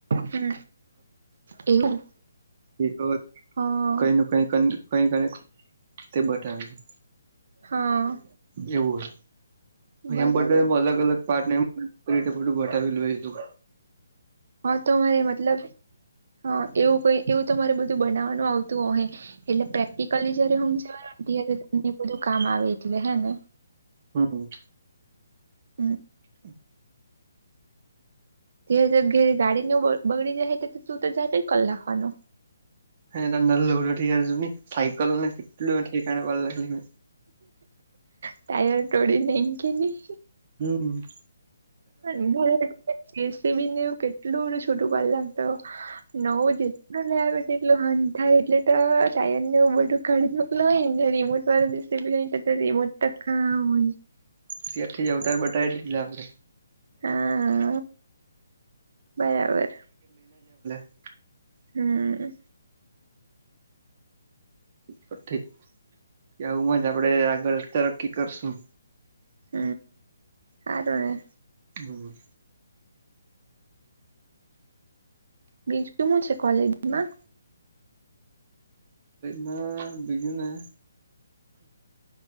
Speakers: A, on the right (about 55°); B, on the right (about 40°).
A: હમ એવું
B: એ તો
A: હા
B: કઈ ન કઈ કઈ ક તે બતાવી.
A: હા.
B: એવું હોય.
A: બરાબર
B: એમ બધે નુ અલગ અલગ પાર્ટ એમ બધું બાતાવેલું હતું?
A: હા તમારે મતલબ હા એવું કઈ એવું તમારે બધું બનાવવાનું આવતું હોયે. એટલે પ્રેક્ટિકલી જયારે હમજાવે ને ત્યારે તમ બધું કામ આવે એટલે હે ને
B: હમ.
A: હ <inaudible>
B: હમ <inaudible>
A: જે જગ્યાએ ગાડી નુ બ બગડી જાય તું તો જાય ક લખવાનો.
B: હ તરી જ ન સકલનેટ કાર ભ લાગ <inaudible>
A: ટાયર ટોડી નઈકી ની
B: હમ.
A: <inaudible> લ બેઠ એટલું હંધ થાય એટલે તો ટાયર ને ઉર ઉાડીનેક હોય નેને રિમોટ વાળ <inaudible>
B: ત આખથી જવતાર બટાવ દી આપડે.
A: હા બરાબર
B: <inaudible>
A: હમ
B: તો ઠીક કે હું જ આપડે આગળ અતારક્કી કરશું?
A: હ હારુન
B: હમ
A: બી શું છે કોલેજમાં?
B: ના બીજને